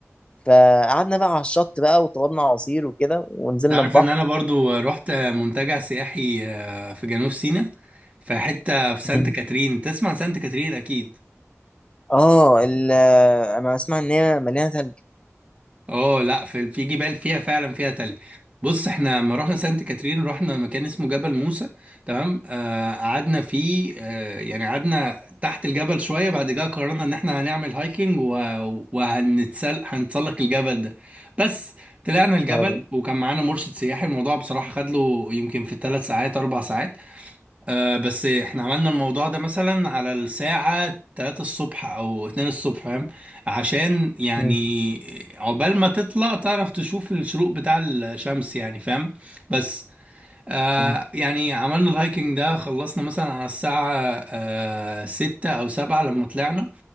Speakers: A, on the left; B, on the right.
A: فقعدنا بقى على الشط بقى وطلبنا عصير وكده ونزلنا
B: عارف
A: البحر
B: ان انا برضو رحت منتجع سياحي آه، في جنوب سيناء في حتة في سانت
A: مم.
B: كاترين تسمع سانت كاترين اكيد
A: اه ال- آه، انا اسمع ان هي مليانه ثلج
B: اه لا في في جبال فيها فعلا فيها تلج بص احنا لما رحنا سانت كاترين رحنا مكان اسمه جبل موسى تمام آه قعدنا فيه آه يعني قعدنا تحت الجبل شوية بعد كده قررنا ان احنا هنعمل هايكنج و... وهنتسل هنتسلق الجبل ده بس طلعنا الجبل
A: نهار أبيض.
B: وكان معانا مرشد سياحي الموضوع بصراحة خد له يمكن في الثلاث ساعات اربع ساعات آه بس احنا عملنا الموضوع ده مثلا على الساعة 3 الصبح او 2 الصبح فاهم عشان يعني
A: مم.
B: عقبال ما تطلع تعرف تشوف الشروق بتاع الشمس يعني فاهم بس آه
A: مم.
B: يعني عملنا الهايكنج ده خلصنا مثلا على الساعة آه 6 او 7 لما طلعنا